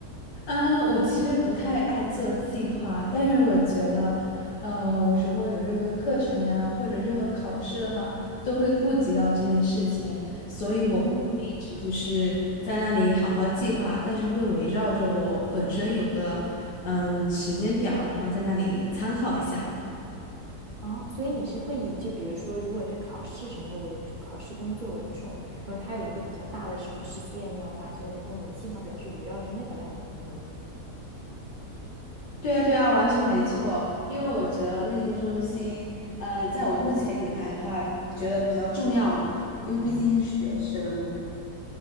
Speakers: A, on the left; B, on the right.
A: 嗯，我其实不太爱做计划，但是我觉得，呃，我如果有任何课程呀，或者任何考试的话，都会顾及到这件事情，所以我不会一直就是在那里好好计划，
B: 嗯，
A: 但是会围绕着我本身有的，嗯，时间表，然后在那里参考一下。
B: 哦，所以你是会以就比如说，如果是考试什么的为考试工作为重，然后它有一个比较大的什么事件要发生，然后你的计划表是围绕着那个来的那一个月。
A: 对啊，对啊，完全没错，因为我觉得那些东西，呃，在我目前以来的话，觉得比较重要嘛，因为毕竟是学生。
B: 嗯，